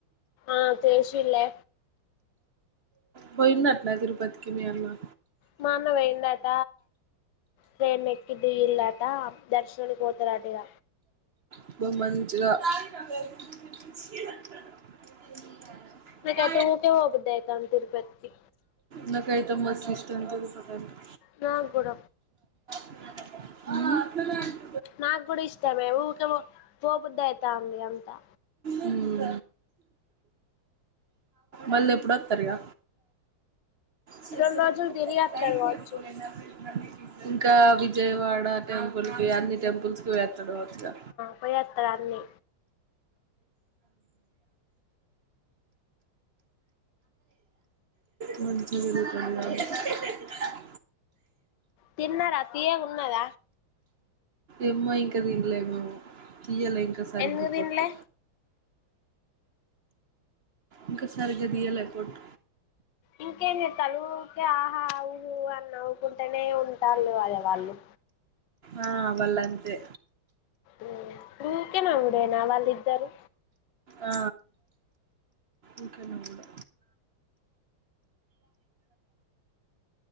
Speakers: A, on the left (about 65°); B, on the right (about 60°).
A: ఆ తెల్సులే
B: పోయిండట్లానా? తిరుపతికి మీ అన్న.
A: మా అన్న వోయిండాట. ట్రైన్ ఎక్కి దిగింలాట, దర్శనానికి వోతరాట. ఇగ.
B: అబ్బా, మంచిగా. నా <unintelligible> చూసి, చీ అంటారు. <unintelligible>
A: నాకైతే ఊకే పోబుద్ది అయితాంది తిరుపతికి
B: నాకైతే మస్త్. వెస్టర్న్ అవసరం లేదు.
A: నాక్ గూడ.
B: ఉమ్
A: నా గూడా ఇష్టమే ఊకే వో పోబుద్ది అయితాంది అంతా
B: ఉమ్మ్ మళ్లీ ఎప్పుడోతారు ఇగ చేసే
A: రెండు రోజులు
B: ముందు
A: తిరిగి వత్తడు
B: లైట్
A: కావచ్చు
B: గా చూడు. ఇంకా విజయవాడ టెంపుల్‌కి, అన్ని టెంపుల్స్‌కి వెళ్. చదవొచ్చుగా.
A: పోయోతాడన్నీ.
B: మంచిదిలే, కొద్దిగా ఆగు.
A: తిన్నారా? తీయగున్నద?
B: ఏమ్మా, ఇంకా దిన్లేమేమ్మ? తీయలే ఇక, సరిగ్గా
A: ఎందుకు తినలే
B: పోటు. ఇంకా సరిగ్గా తీయలే పోటు.
A: ఇంకేం జేతాలు, ఊకే ఆహా, ఊహ అని నవ్వుకుంటేనే ఉంటాలు గదా వాళ్లు.
B: ఆ, వాళ్లు అంతే.
A: ఉమ్, ఊకే నవ్వు. ఎన్నా, వాళ్లిద్దరూ?
B: ఆ, ఊకే నవ్వుడు.